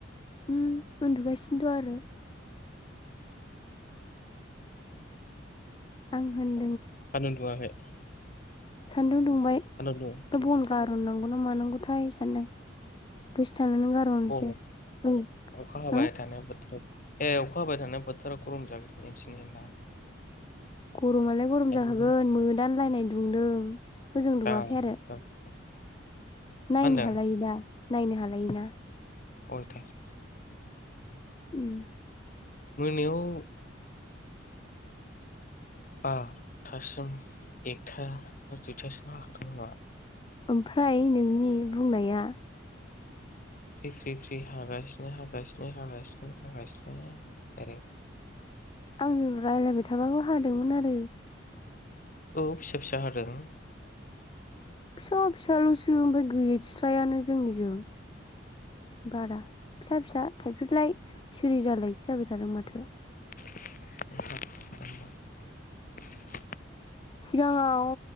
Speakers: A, on the left; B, on the left.
A: उम उन्दुगासिनो थ आरो आं होन
B: सान्दुं दुङाखै
A: सान्दुं दुंबाय
B: सान्दुं दुं
A: द बन गारन नांगौ मानांगौथाय सानदों गोस साननानै गारहरनिसै‌
B: गरम
A: औ
B: अखा हाबाय
A: हो
B: थानाय बोथोराव ए अखा हाबाय थानाय बोथोरा गरम जागोन इदिनो ना?
A: गरमालाय गरम
B: सान्दुं
A: जाखागोन मोदानलायनाय दुंदों होजों
B: दा
A: दुङाखै आरो
B: दा मा
A: नायनो
B: होनदों
A: हालायि दा नायनो हालायि ना
B: अयथासार
A: उम
B: मोनायाव बार'थासिम एकथा दुइथासिम हाखादों नामा
A: ओमफ्राय नोंनि बुंनाया
B: फ्रि फ्रि फ्रि हागासिनो हागासिनो हागासिनो हागासिनो एरै
A: आंजों रायलायबा थाबाबो हा दोंमोन आरो
B: औ फिसा फिसा हादों
A: एथ' फिसालसो ओमफ्राय गैस्रायानो जोंनिजों बारा फिसा फिसा थाइफ्रिलाय सिरि जालायसो जाबाय थादों माथो
B: <unintelligible>
A: सिगाङाव